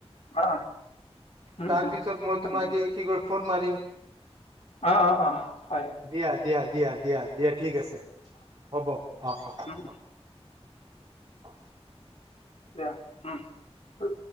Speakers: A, on the left; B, on the right.
A: অ উম
B: তাৰপিছত মই তোমাকে
A: উম
B: কি কৰি ফোন মাৰিম
A: অ অ অ হয়
B: দিয়া, দিয়া। দিয়া, দিয়া, দিয়া ঠিক আছে। হ'ব অ', অ',
A: উম
B: অ', <unintelligible>
A: এয়া উ'ম